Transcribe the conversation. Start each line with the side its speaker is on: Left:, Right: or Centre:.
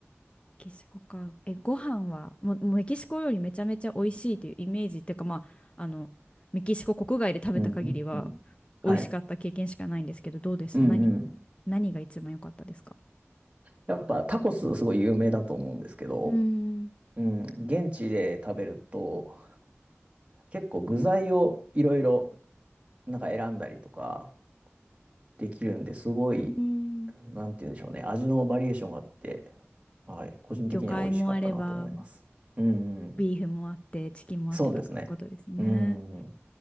Left: キシコか。え、ご飯はもうもうメキシコ料理めちゃめちゃ美味しいっていうイメージっていうかまあ、あのメキシコ国外で食べた限りは
Right: うん、うん、うん
Left: 美味しかった経験しかないんですけどどうでした何、
Right: はい。うん、
Left: 何が一番良かったですか
Right: やっぱタコスすごい有名だと思うんですけど、
Left: うーん。
Right: うん、現地で食べると、結構具材をいろいろなんか選んだりとかできるんですごい、
Left: うーん
Right: なんて言うんでしょうね、味のバリエーションがあって、はい、個人的には美味しかったなと思います。
Left: 魚介もあれば、
Right: うんうん、
Left: ビーフもあって、チキンもあってとかってことですね。
Right: そうですね。うんうん。